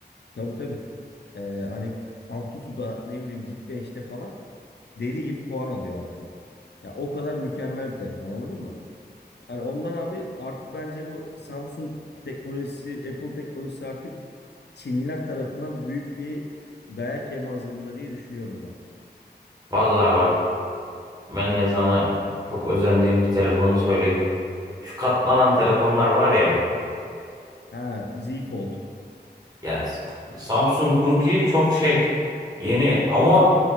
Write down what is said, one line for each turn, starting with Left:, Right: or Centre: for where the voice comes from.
Left: Tabii tabii. Ee, hani Antutu'da ne bileyim Geek 5'te falan deli gibi puan alıyor abi bu. Ya o kadar mükemmel bir telefon anladın mı? Hani ondan abi artık bence bu Samsung teknolojisi, Apple teknolojisi artık Çinliler tarafından büyük bir dayak yeme hazırlığında diye düşünüyorum ben.
Right: Vallahi bak ben de sana çok özendiğim bir telefonu söyleyeyim. Şu katlanan telefonlar var ya.
Left: Ha, Z Fold.
Right: Ya Samsung Kunki çok şey yeni ama